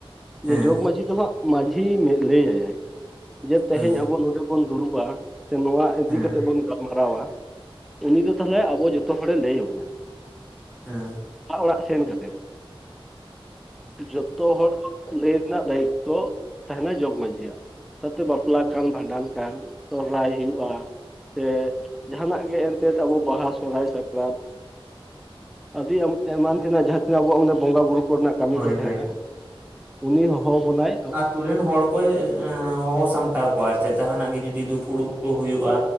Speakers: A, on the right; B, in the centre.
A: ᱦᱮᱸ
B: ᱡᱮ ᱡᱚᱜᱽ ᱢᱟᱺᱡᱷᱤ ᱫᱚ ᱦᱟᱸᱜ ᱢᱟᱺᱡᱷᱤ ᱞᱟᱹᱭ ᱟᱭᱟᱭ ᱡᱮ ᱛᱮᱦᱮᱧ
A: ᱦᱮᱸ
B: ᱟᱵᱚ ᱱᱚᱰᱮ ᱵᱚᱱ ᱫᱩᱲᱩᱵᱼᱟ ᱥᱮ ᱱᱚᱣᱟ ᱤᱫᱤ
A: ᱦᱮᱸ
B: ᱠᱟᱛᱮ ᱜᱟᱞᱢᱟᱨᱟᱣᱟ ᱩᱱᱤ ᱫᱚ ᱛᱟᱦᱚᱞᱮ ᱟᱵᱚ ᱡᱚᱛᱚ ᱦᱚᱲ ᱮ ᱞᱟᱹᱭ ᱟᱵᱚᱱᱟᱭ
A: ᱦᱮᱸ
B: ᱚᱱᱟ ᱚᱲᱟᱜ ᱥᱮᱱ ᱠᱟᱛᱮᱫ ᱡᱚᱛᱚ ᱦᱚᱲ ᱞᱟᱹᱭ ᱨᱮᱱᱟᱜ ᱫᱟᱭᱤᱛᱛᱚ ᱛᱟᱦᱮᱱᱟ ᱡᱚᱜᱽᱢᱟᱺᱡᱷᱤᱭᱟᱜ ᱛᱟᱛᱮ ᱵᱟᱯᱞᱟ ᱠᱟᱱ ᱵᱷᱟᱸᱰᱟᱱ ᱠᱟᱱ ᱥᱚᱨᱦᱟᱭ ᱦᱩᱭᱩᱜᱼᱟ ᱥᱮ ᱡᱟᱦᱟᱱᱟᱜ ᱜᱮ ᱮᱱᱛᱮᱫ ᱟᱵᱚ ᱵᱟᱦᱟ ᱥᱚᱨᱦᱟᱭ ᱥᱟᱠᱨᱟᱛ ᱟᱹᱰᱤ ᱮᱢᱟᱱ ᱛᱮᱱᱟᱜ ᱡᱟᱦᱟᱸ ᱛᱤᱱᱟᱹᱜ ᱟᱵᱚᱣᱟᱜ ᱢᱟᱱᱮ ᱵᱚᱸᱜᱟ ᱵᱩᱨᱩ ᱠᱚᱨᱮᱱᱟᱜ ᱠᱟᱹᱢᱤ
A: ᱦᱳᱭ
B: ᱠᱚ ᱛᱟᱦᱮᱱᱟ
A: ᱦᱳᱭ
B: ᱩᱱᱤ ᱦᱚᱦᱚ ᱟᱵᱚᱱᱟᱭ
A: ᱟᱛᱩᱨ ᱨᱮᱱ ᱦᱚᱲ ᱠᱚᱭ ᱦᱚᱦᱚ ᱥᱟᱢᱴᱟᱣ ᱠᱚᱣᱟ ᱟᱨ ᱪᱮᱫ ᱡᱟᱦᱟᱱᱟᱜ ᱜᱮ ᱡᱩᱫᱤ ᱫᱩᱯᱩᱲᱩᱵ ᱠᱚ ᱦᱩᱭᱩᱜᱼᱟ᱾